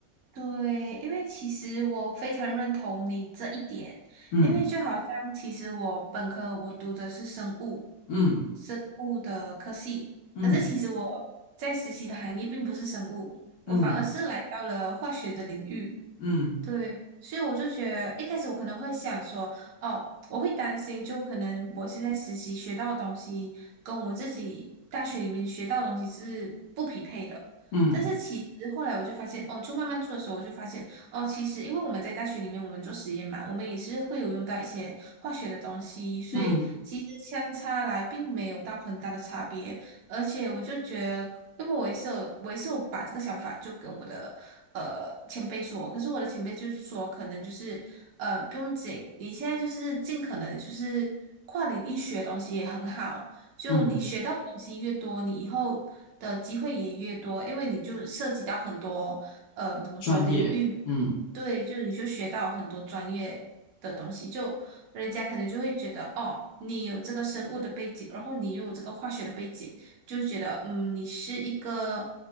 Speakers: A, on the right; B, on the left.
A: 对，因为其实我非常认同你这一点，
B: 嗯
A: 因为就好像其实我本科我读的是生物，
B: 嗯
A: 生物的科系，
B: 嗯
A: 可是其实我在实习的行业并不是生物，我反而是来到了化学的领域。
B: 嗯嗯
A: 对，所以我就觉得一开始我可能会想说，哦，我会担心，就可能我现在实习学到的东西跟我自己大学里面学到的东西是不匹配的。
B: 嗯
A: 但是其实后来我就发现，哦，就慢慢做的时候，我就发现，哦，其实因为我们在大学里面我们做实验嘛，我们也是会有用到一些化学的东西，所以其实相差来并没有到很大的差别。
B: 嗯嗯
A: 而且我就觉得，因为我也是有，我也是有把这个想法就跟我的呃前辈说，可是我的前辈就说，可能就是呃不用紧，你现在就是尽可能就是跨领域学东西也很好，就你学到的东西越多，
B: 嗯，
A: 你以后的机会也越多，因为你就涉及到很多呃怎么说领域，
B: 专业。嗯。
A: 对，就你就学到很多专业的东西，就人家可能就会觉得哦，你有这个生物的背景，然后你又有这个化学的背景。就觉得，嗯，你是一个